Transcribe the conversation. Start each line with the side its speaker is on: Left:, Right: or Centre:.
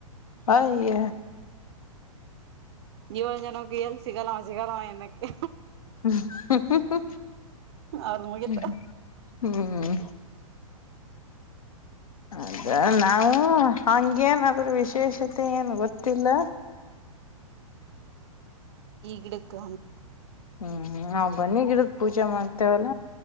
Left: ಅಯ್ಯ
Right: ಏಳ ಜನಕ್ಕೆ ಎಲ್ಲಿ ಸಿಗಲ್ಲವ ಸಿಗಲ್ಲವ ಎನಕ್ಕೆ
Left: ಹ್ಮ
Right: ಅವ್ರದ್ ಮುಗಿತ
Left: ಹ್ಮ ಹ್ಮ್ ಅದ ನಾವು ಹಂಗೇನ ಅದ್ರ ವಿಶೇಷತೆ ಏನ್ ಗೊತ್ತಿಲ್ಲ
Right: ಗಿಡಕ್ಕು
Left: ಹ್ಮ್ ನಾವ್ ಬನ್ನಿ ಗಿಡಕ್ ಪೂಜೆ ಮಾಡ್ತೇವಲ್ಲ